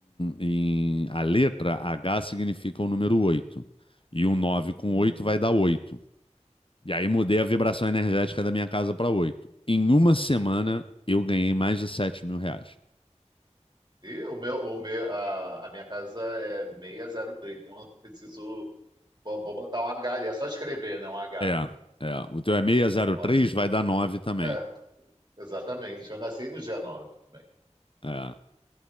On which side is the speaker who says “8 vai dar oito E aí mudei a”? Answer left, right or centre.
Left